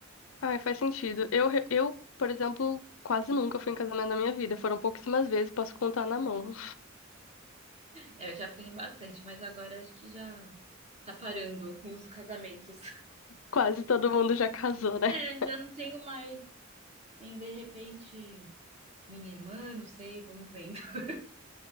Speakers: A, on the left (about 75°); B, on the right (about 30°).
A: Ai, faz sentido. Eu, re- eu, por exemplo, quase nunca fui em casamento na minha vida. Foram pouquíssimas vezes, posso contar na mão. <laughs>
B: É, eu já fui em bastante, mas agora acho que já tá parando os casamentos.
A: Quase todo mundo já casou, né?
B: É, já não tenho mais. Tem, de repente, minha irmã, não sei, vamos vendo. <laughs>